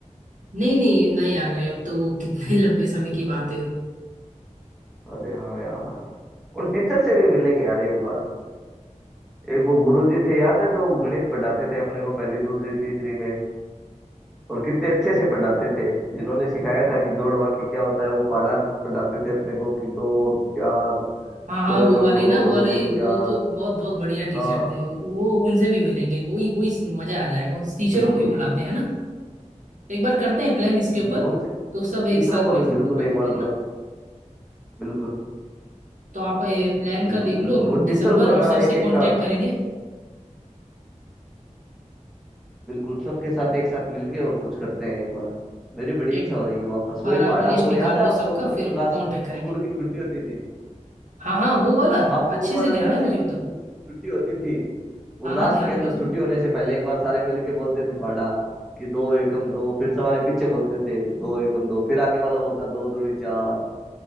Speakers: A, on the right (about 75°); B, in the centre.
A: नहीं नहीं नहीं आ गए अब तो वो कितने <laughs> लंबे समय की बात
B: अरे
A: है वो
B: अरे हाँ यार उन टीचर से भी मिलेंगे यार एक बार एक वो गुरुजी थे याद है जो गणित पढ़ाते थे अपने को पहली दूसरी तीसरी में और कितने अच्छे से पढ़ाते थे जिन्होंने सिखाया था कि जोड़ बाकी क्या होता है वो पढ़ा पढ़ाते थे अपने को कि दो चार
A: हाँ हाँ
B: दो एकम
A: वो वाले
B: दो
A: ना वो
B: दो
A: वाले
B: दूनी चार
A: वो तो बहुत बहुत बढ़िया टीचर
B: हाँ
A: थे वो उनसे भी मिलेंगे वही वही मजा आ जाएगा उन टीचरों
B: बिल्कुल
A: को ही बुलाते हैं ना एक बार करते हैं प्लान इसके
B: बिल्कुल
A: ऊपर
B: उन
A: तो सब
B: टीचरों
A: एक साथ
B: को
A: मिलकर
B: भी बिल्कुल
A: बैठते
B: एक बार
A: हैं ना
B: बुलाते बिल्कुल
A: तो आप प्लान
B: बिल्कुल
A: का देख
B: बिल्कुल
A: लो
B: वो
A: दिसंबर
B: टीचर को है
A: और
B: ना
A: सबसे
B: एक एक
A: कांटेक्ट
B: का
A: करेंगे
B: बिल्कुल सबके साथ एक साथ मिलके और कुछ करते हैं एक बार मेरी बड़ी
A: एक
B: इच्छा हो रही है वापस
A: बार
B: वही
A: आप
B: पहाड़ा
A: लिस्ट
B: वो
A: निकाल
B: याद है
A: लो
B: आपको
A: सबका
B: अपन
A: फिर
B: क्लास
A: कांटेक्ट करेंगे
B: स्कूल की छुट्टी होती थी
A: हाँ हाँ वो वाला
B: आपको
A: अच्छे
B: वो वाला
A: से ध्यान
B: याद
A: है मुझे
B: है कि
A: वो तो
B: स्कूल की छुट्टी होती थी वो
A: हाँ
B: लास्ट
A: हाँ ध्यान
B: के
A: है
B: अंदर
A: मुझे
B: छुट्टी होने से पहले एक बार सारे मिलके बोलते थे पहाड़ा कि दो एकम दो फिर सवारे पीछे बोलते थे दो एकम दो फिर आगे वाला बोलता दो दूनी चार